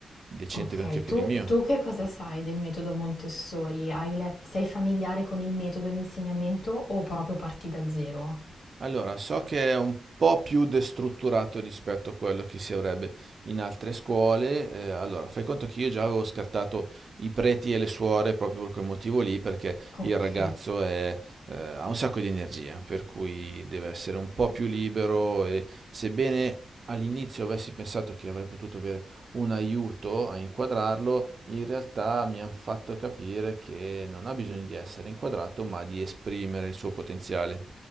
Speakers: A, on the right; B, on the left.
A: decente
B: Ok,
A: anche per
B: tu,
A: il mio.
B: tu che cosa sai del metodo Montessori? Hai let- sei familiare con il metodo e l'insegnamento o proprio parti da zero?
A: Allora, so che è un po' più destrutturato rispetto a quello che si avrebbe in altre scuole. eh, allora, fai conto che io già avevo scartato i preti e le suore proprio per quel motivo lì, perché
B: Ok.
A: il ragazzo è, eh, ha un sacco di energia, per cui deve essere un po' più libero e sebbene all'inizio avessi pensato che avrei potuto avere un aiuto a inquadrarlo, in realtà mi hanno fatto capire che non ha bisogno di essere inquadrato, ma di esprimere il suo potenziale.